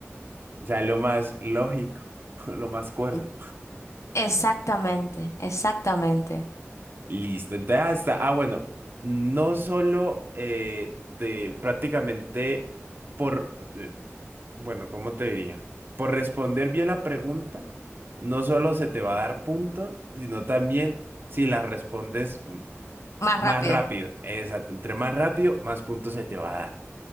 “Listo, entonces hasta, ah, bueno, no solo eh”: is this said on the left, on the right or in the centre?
Right